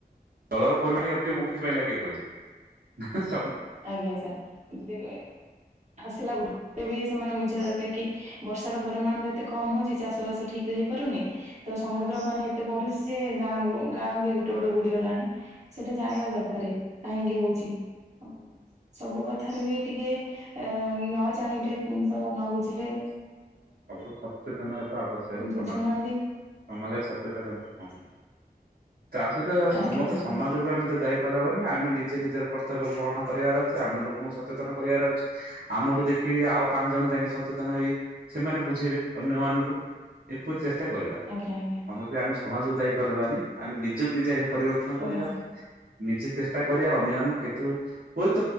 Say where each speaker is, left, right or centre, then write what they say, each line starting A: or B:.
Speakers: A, on the right (about 65°); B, on the right (about 45°).
A: ତଳର ପରମାଣି <unintelligible> ପାଇଁ ଲାଗେ। ଏହେଁ ସବ୍।
B: ଆଜ୍ଞା ସାର୍। <unintelligible> ଆସିଲା <unintelligible> ଫିର୍ ବି ସେମାନେ ବୁଝିବା ଦରକାର କି? ହ ବର୍ଷାର ପରିମାଣ ତ ଏତେ କମ ହଉଚି। ଚାଷ ବାସ? ଠିକ ରେ ହେଇପାରୁନି ତ ସମୁଦ୍ର ପାଣି ଏତେ ବଢ଼ୁଚି ଯେ ଗାଁ ମୁଁ ଗାଁ ବି ଗୋଟେ ଗୋଟେ ବୁଡି ଗଲାଣି ସେଇଟା ଜାଣିବା ଦରକାରେ। କାହିଁକି ହଉଚି? ଉଁ ସବୁ କଥାରେ ବି ଟିକେ ଅମ୍ ହ ଜାଣେ ଟାଇପ୍ ତିନିଶହ ନଉଚୁ। ଥିଲେ।
A: ସବୁ ସଚେତନ ହେବା ଆବଶ୍ୟକ ସମାଜ।
B: ବୁଝୁନାହାନ୍ତି
A: ସମାଜରେ ସଚେତନ ହେ ହଁ। ତା ସହିତ ସମସ୍ତେ
B: ଆଜ୍ଞା ସାର୍
A: ସମାଜକୁ ଆମେ ତ ଦାୟୀ କଲେ ହବନି। ଆମେ ନିଜେ ସେ ନିଜର କର୍ତ୍ତବ୍ୟ ପୂରଣ ପରିବାର ଅଛି। ଆମେ ଲୋକଙ୍କ ସହ ସଚେତନ କରିବାର ଅଛି। ଆମଠୁ ଦେଖି କି ଆଉ ପାଞ୍ଚ ଜଣ ତାଙ୍କେ ସଚ୍ ସଚେତନ ହେଇ ସେମାନେ ବୁଝେଇବେ ଅନ୍ୟମାନଙ୍କୁ ଏପରି ଚେଷ୍ଟ କେତେ କରିବା
B: ଆଜ୍ଞା ଆଜ୍ଞା
A: ସମସ୍ତେ ଆନସ୍ ସମାଜକୁ ଦାୟୀ କରିଦେବାନି । ଆମେ ନିଜକୁ ନିଜେ ଆଗେ ପରିବର୍ତ୍ତନ କରିବା।
B: ଆଜ୍ଞା ସାର୍
A: ନିଜେ ଚେଷ୍ଟା କରିବା ଅନ୍ୟମାନଙ୍କୁ କେତ୍ ତୋ ହୁଏତ